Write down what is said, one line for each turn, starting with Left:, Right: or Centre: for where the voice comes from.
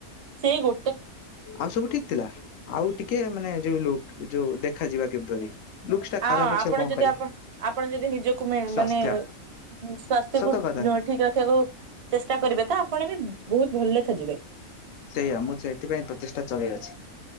Right: ସେଇ ଗୋ
Left: ଆଉ ସବୁ ଠିକ ଥିଲା। ଆଉ ଟିକେ ମାନେ ଯୋଉ ଯୋଉ ଦେଖାଯିବା କିପରି? ଲୁକ୍ ଟା
Right: ଆ
Left: ଖରାପ ଅଛି
Right: ଆପଣ
Left: କଣ
Right: ଯଦି।
Left: କରିବା
Right: ଆପଣ, ଆପଣ ଯଦି ନିଜକୁ
Left: ସ୍ୱାସ୍ଥ୍ୟ
Right: ମାନେ ସ୍ଵାସ୍ଥ୍ୟକୁ
Left: ସତ କଥା।
Right: ଠିକ ରଖିବାକୁ ଚେଷ୍ଟା କରିବେ ତ ଆପଣ ବି ବହୁତ ଭଲ ଦେଖା ଯିବେ।
Left: ସେଇଆ ମୁଁ ସେଥିପାଇଁ ପ୍ରଚେଷ୍ଟା ଚଲେଇ ଅଛି।